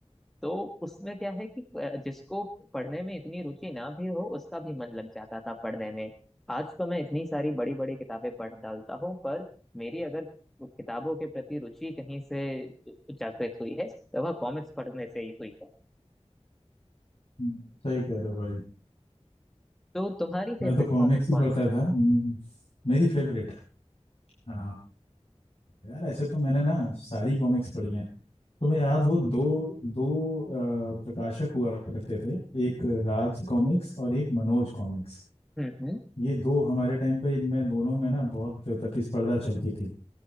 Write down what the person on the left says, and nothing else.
हम्म, सही कह रहे हो भाई
मैं
तो कॉमिक्स
ही
पढ़ता
था हम्म, मेरी फेवरेट आ, यार ऐसे तो मैंने ना सारी कॉमिक्स पढ़ी हैं तुम्हें याद हो दो दो अ, प्रकाशक हुआ करते थे एक राज कॉमिक्स और एक मनोज कॉमिक्स
ये दो हमारे टाइम पे इनमें दोनों में ना बहुत प्रतिस्पर्धा चलती थी